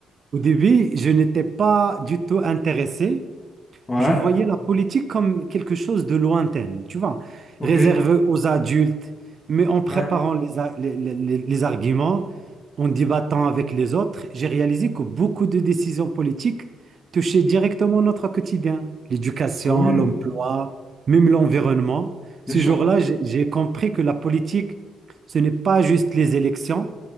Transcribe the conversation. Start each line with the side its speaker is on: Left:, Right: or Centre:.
Right: Au début, je n'étais pas du tout intéressé
Left: ouais,
Right: je voyais la politique comme quelque chose de lointain, tu vois,
Left: ok.
Right: réservé aux adultes, mais en préparant
Left: ouais.
Right: les, a- les, les- les- les arguments, en débattant avec les autres, j'ai réalisé que beaucoup de décisions politiques touchaient directement notre quotidien, l'éducation,
Left: Oui, oui,
Right: l'emploi, même l'environnement.
Left: bien
Right: Ce
Left: sûr.
Right: jour-là, j'ai j'ai compris que la politique, ce n'est pas juste les élections,